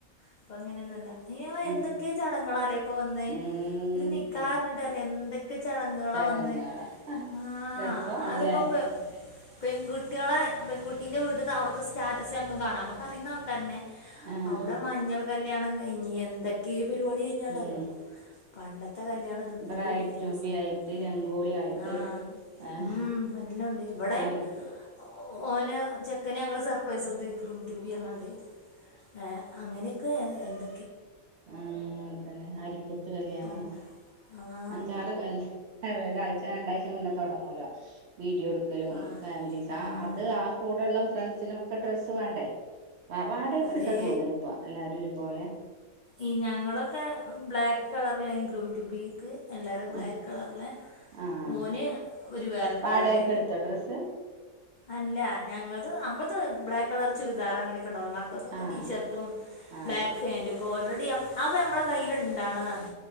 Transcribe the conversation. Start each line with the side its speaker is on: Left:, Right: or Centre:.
Left: അപ്പൊ അങ്ങനെയൊന്നല്ല ന എന്തൊക്കെ
Right: ഉം
Left: ചടങ്ങാല്ലേ ഇപ്പൊ വന്ന്
Right: ഉം
Left: ഒരു നിക്കാഹ്
Right: പിന്നെ
Left: ന്ന്ട്ടല്ലേ എന്തെ ചടങ്ങുകള
Right: ചടങ്ങാള
Left: വന്ന് ആഹ്
Right: രസമാണ്ല്ലേ
Left: അതിപ്പോ പെൺകു കട്ടികളെ പെൺകുട്ടിന്റെ വീട്ടത്തെ അവിടുത്തെ സ്റ്റാറ്റസ് നമ്മക്ക് കാണാം നമുക്കറിയുന്ന കർനേ
Right: ആഹ്
Left: അവിടെ മഞ്ഞൾ കല്യാണം കഴിഞ്ഞ എന്തൊക്കെയും പരിപാടി കഴിഞ്ഞട
Right: ഉം
Left: അറിയോ പണ്ടത്തെ കല്യാണത് എന്തോ
Right: ബ്രൈഡ്
Left: ഒരു വ്യത്യാസം
Right: ടു ബി
Left: പറയാ
Right: ആയിട്ട് രംഗോളി ആയിട്ട്
Left: ആ
Right: ആഹ്
Left: ഉം വല്ല ഉണ്ട് ഇവിടെ
Right: ആരിക്കു
Left: ഒ ഓന് ചെക്കന് ഞങ്ങള് സർപ്രൈസ് ഉണ്ട് ഗ്രൂം ട്യൂ ബീ പറഞ്ഞാണ്ട് ഏ അങ്ങനെ ക്ക് എന്ത
Right: ആ തന്നെ അരിക്കുത്ത് കല്യാണം
Left: പണ്ട്. ആഹ്
Right: അഞ്ചാറ് കല് ഒരാഴ്ച രണ്ടാഴ്ച മുന്നെ തുടങ്ങുവലോ വീഡിയോ എടുക്കലും
Left: ആഹ്
Right: ഫാമിലീസ്
Left: ഉം
Right: ആ അത് ആ കൂടെയുള്ള ഫ്രണ്ട്സിനൊക്കെ ഡ്രസ്സ് വേണ്ടേ വ വാടകൊക്കെ
Left: അതേ
Right: എടുക്കാൻ തോന്നണ് ഇപ്പ എല്ലാരും ഒരുപോലെ
Left: ഈ ഞങ്ങളൊക്കെ ബ്ലാക്ക് കളറില എനി ഗ്രൂം ടൂബി ക്ക് എല്ലാരും ബ്ലാക്ക്
Right: ആഹ്
Left: കളറില
Right: ആഹ്
Left: ഓന് ഒരു വേറൊരു
Right: വാടകക്ക്
Left: കളറ്
Right: എടുത്തോ ഡ്രസ്സ്
Left: അല്ല ഞങ്ങത് നമ് ത് ബ്ലക്ക് കളർ ചുരിദാർ അങ്ങനൊക്കെണ്ട മ ക്കൊക്കെ
Right: ആഹ്
Left: ടീ ഷർട്ടും
Right: ആഹ്
Left: ബ്ലാക്ക് പാൻ്റും ഒകെ ഓർഡർ ചെയ് അത് നമ്മളെ കയ്യിൽ ഇണ്ടാണതാണ്